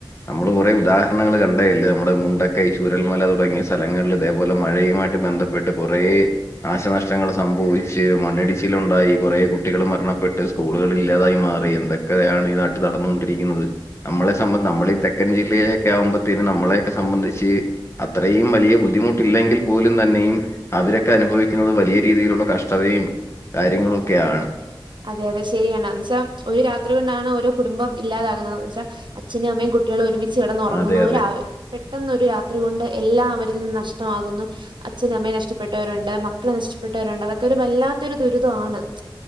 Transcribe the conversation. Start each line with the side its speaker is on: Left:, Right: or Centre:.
Left: നമ്മള് കുറെ ഉദാഹരണങ്ങൾ കണ്ടേല്ലേ നമ്മുടെ മുണ്ട കൈ ചൂരൽമല തുടങ്ങിയ സ്ഥലങ്ങളിൽ ഇതേപോലെ മഴയുമായിട്ട് ബന്ധപ്പെട്ട് കുറേ നാശനഷ്ടങ്ങൾ സംഭവിച്ച് മണ്ണിടിച്ചിലുണ്ടായി കുറേ കുട്ടികൾ മരണപ്പെട്ട് സ്കൂളുകൾ ഇല്ലാതായി മാറി എന്തൊക്കെയാണ് ഈ നാട്ടിൽ നടന്നോണ്ടിരിക്കുന്നത്. നമ്മളെ സംഭ നമ്മളെ തെക്കൻ ജില്ലയിലൊക്കെ ആവുമ്പോത്തിന് നമ്മളൊയൊക്കെ സംബന്ധി ച്ച് അത്രയും വലിയ ബുദ്ധിമുട്ടില്ലെങ്കിൽ പോലും തന്നെയും അവരൊക്കെ അനുഭവിക്കുന്നത് വലിയ രീതിയിലുള്ള കഷ്ടതയും കാര്യങ്ങളും ഒക്കെആണ്.
Right: അതെ അതെ ശരിയാണ് എന്ന് വെച്ചാ ഒരു രാത്രി കൊണ്ടാണ് ഓരോ കുടുംബം ഇല്ലാതാകുന്നത് വെച്ചാ അച്ഛനും അമ്മയും കു കുട്ടികൾ ഒരുമിച്ച് കിടന്നുറങ്ങുന്നു.
Left: അതെ അതെ
Right: ഒരു ആ പെട്ടെന്ന് ഒരു രാത്രി കൊണ്ട് എല്ലാം അവരിൽ നിന്ന് നഷ്ടമാകുന്നു അച്ഛനും അമ്മയെ നഷ്ടപ്പെട്ടവരോണ്ട് മക്കളെ നഷ്ടപ്പെട്ടവരോണ്ട് അതൊക്കെ ഒരു വല്ലാത്തൊരു ദുരിതവാണ്